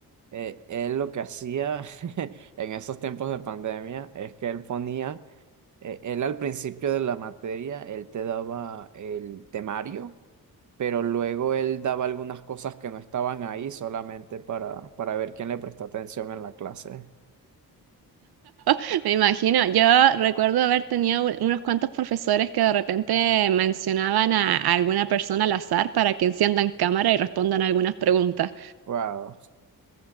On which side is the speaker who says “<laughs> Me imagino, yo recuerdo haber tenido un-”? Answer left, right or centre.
Right